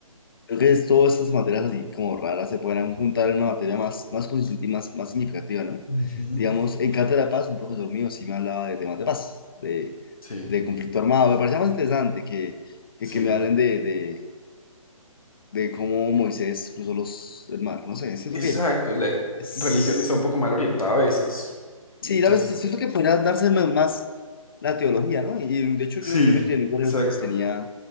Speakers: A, on the left; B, on the left.
A: Creo que es- todas estas materias así como raras se podrán juntar en una materia más, más consistente y más, más significativa, ¿no?
B: Ujú.
A: Digamos, en Cátedra de Paz, un profesor mío sí me hablaba de temas de paz, de,
B: Sí,
A: de conflicto armado. Me parecía más interesante que, que,
B: sí,
A: que me hablen de, de, de cómo Moisés cruzó los, el mar. No sé, siento
B: exacto.
A: que
B: La
A: es-
B: religión está un poco mal orientada a veces.
A: Sí,
B: Entonces,
A: la verdad, siento que podría darse más más la teología, ¿no? Y de hecho
B: sí,
A: yo, yo me crié en un colegio
B: exacto.
A: que pues tenía,